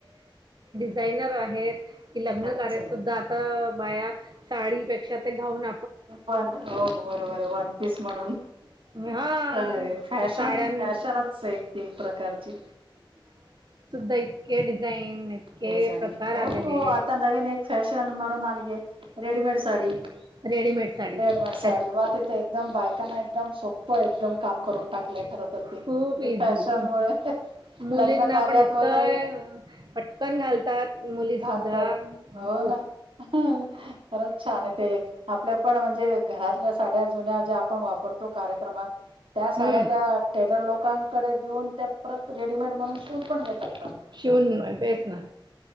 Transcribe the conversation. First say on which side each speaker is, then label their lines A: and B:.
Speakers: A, on the right; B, on the right.
A: जायनर आहेत. कि लग्न
B: खरंच
A: कार्यात
B: आहे.
A: सुद्धा आता. बाया साडीपेक्षा ते घाऊन.
B: व हो बरोबर आहे वन पीस. म्हणून
A: हा
B: खर फॅशन
A: साड्यां
B: फॅशनच एक ती प्रकारची.
A: सत के डिझाईन. इतके
B: ते
A: प्रकार
B: हो
A: आलेले
B: आता नवीन एक फॅशन म्हणून आलीय रेडीमेड. तारीख.
A: रेडीमेड साडीत.
B: रडम साडी
A: त्यात
B: वा तेथे एकदम बायका नाही. एकदम सोप एकदम काम करून टाकलंय. खर तर ते
A: खूप इझी
B: फॅशन मुळे
A: मुलींना
B: लग्न कार्यात
A: पण इतकं.
B: वगैरे
A: घालतात मुली
B: घालतात
A: सुद्धा
B: हो
A: खूप
B: ना खरच छान आहे ते आपल्या. पण म्हणजे घरातल्या साड्या जुन्या ज्या आपण वापरतो कार्यक्रमात. त्या साड्या
A: हं.
B: त्या टेलर लोकां कडे देऊन त्या परत रेडीमेड म्हणून शूून पण घेता येत.
A: शिवून. बेस ना